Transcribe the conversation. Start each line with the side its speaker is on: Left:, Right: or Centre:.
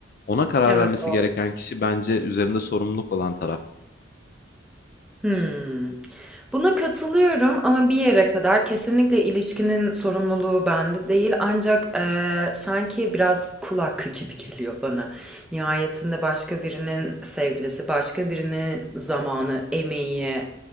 Left: Ona karar
Centre: evet
Left: vermesi
Centre: doğru.
Left: gereken kişi bence üzerinde sorumluluk olan taraf.
Centre: Hmm. Buna katılıyorum ama bir yere kadar kesinlikle ilişkinin sorumluluğu bende değil. Ancak eee, sanki biraz kul hakkı gibi geliyor bana. Nihayetinde başka birinin sevgilisi, başka birinin zamanı, emeği,